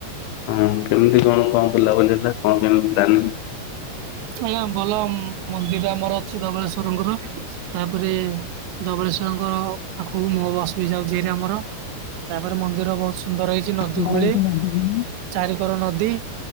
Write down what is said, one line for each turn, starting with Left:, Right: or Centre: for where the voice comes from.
Left: ହଁ କେମିତି କଣ କଣ ବୁଲାବୁଲି ହେଇଥିଲା କଣ କେମିତି ପ୍ଲାନ
Right: ଆଜ୍ଞା ଭଲ ମନ୍ଦିର ଆମର ଅଛି ଧବଳେଶ୍ୱର ଠାକୁରଙ୍କର ତାପରେ ଧବଳେଶ୍ଵରଙ୍କ ପାଖକୁ ମୋ ବସ୍ ବି ଯାଉଛି ଏଠି ଆମର ତାପରେ ମନ୍ଦିର ବହୁତ ସୁନ୍ଦର ହେଇଛି ନଦୀ
Left: ଆମର
Right: କୂଳେ
Left: ଏଇଠି ନଦୀ
Right: ଚାରିିକର ନଦୀ